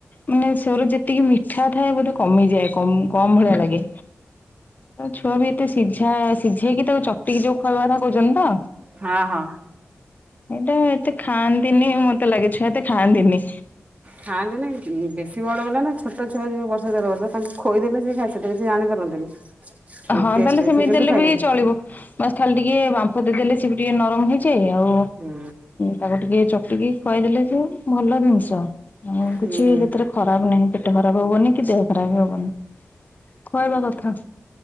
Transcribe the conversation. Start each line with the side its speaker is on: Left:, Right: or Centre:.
Left: ମାନେ ସେଉର ଯେତିକି ମିଠା ଥାଏ ବୋଧେ କମିଯାଏ। କମ୍ କମ ଭଳିଆ ଲାଗେ। ଛୁଆ ବି ଏତେ ସିଝା ସିଝେଇକି ତାକୁ ଚକଟିକି ଯୋଉ ଖୁଆଇବା କଥା କହୁଛନ୍ତି ତ?
Right: ହଁ ହଁ।
Left: ଏଇଟା ଏତେ ଖାଆନ୍ତିନି ମତେ ଲାଗେ ଛୁଆ ଏତେ ଖାଆନ୍ତିନି।
Right: ଖାଆନ୍ତିନି କି ବେଶୀ ବଡପିଲା ନା ଛୋଟଛୁଆ, ଯୋଉ ବର୍ଷେ ଦେଢବର୍ଷର ତାଙ୍କୁ ଖୋଇଦେଲେ ସିଏ ଖା ସେତ କିଛି ଜାଣିପାରନ୍ତିନି।
Left: ହଁ
Right: ଟେଷ୍ଟ
Left: ତାହେଲେ ସେମିତି
Right: ସେ କିନ୍ତୁ
Left: ଦେଲେ
Right: ଖାଇଦେବେ।
Left: ବି ଚଳିବ ବାସ୍ ଖାଲି ଟିକେ ବାମ୍ପ ଦେଇଦେଲେ ସେ ବି ଟିକେ ନରମ ହେଇଯି ଆଉ
Right: ହୁଁ
Left: ତାକୁ ଟିକେ ଚକିକି ଖୁଆଇଦେଲେ ସେ ଭଲ ଜିନିଷ। ଆଉ
Right: ହୁଁ
Left: କିଛି
Right: ହୁଁ
Left: ବି ସେଥିରେ ଖରାପ ନାହିଁ ପେଟ ଖରାପ ହବନି କି ଦେହ ଖରାପ ହବନି। ଖୁଆଇବା କଥା।